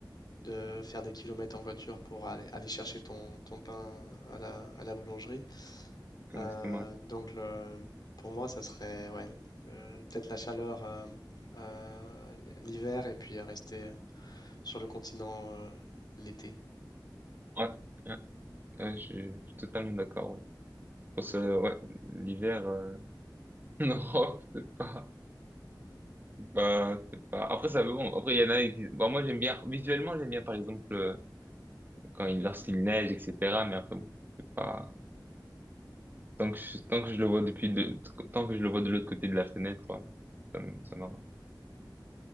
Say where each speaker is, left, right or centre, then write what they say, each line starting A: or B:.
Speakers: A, on the left; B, on the right.
A: de faire des kilomètres en voiture pour aller, aller chercher ton, ton pain à la, à la boulangerie.
B: exactement.
A: Euh, donc le- pour moi, ça serait ouais, le- peut-être la chaleur euh, euh, l'hiver et puis rester euh, sur le continent euh, l'été.
B: Ouais. Ouais. Ouais, je suis je suis totalement d'accord. Ouais. parce ce- ouais, l'hiver euh, <laughs> en Europe, c'est pas, bah, c'est pas. Après, ça bon. Après, il y en a qui. Bon, moi, j'aime bien. Visuellement, j'aime bien, par exemple, euh, quand il lorsqu'il neige, etc. Mais après, bon, c'est pas. Tant que je, tant que je le vois depuis de, tant que je le vois de l'autre côté de la fenêtre, ouais, ça, me- ça m'arrange.